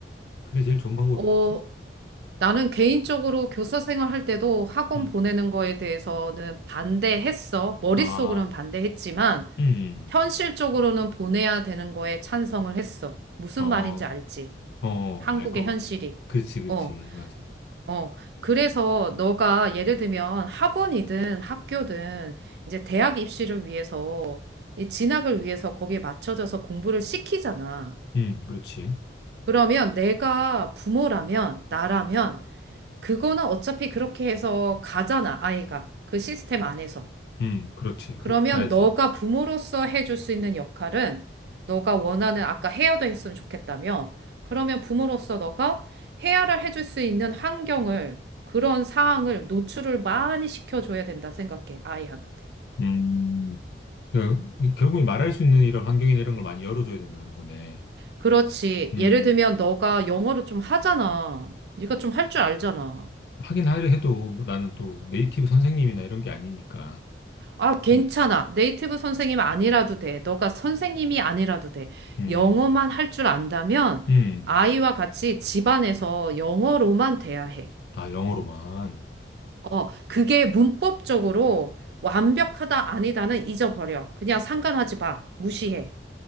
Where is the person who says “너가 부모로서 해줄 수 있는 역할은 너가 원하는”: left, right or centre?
Right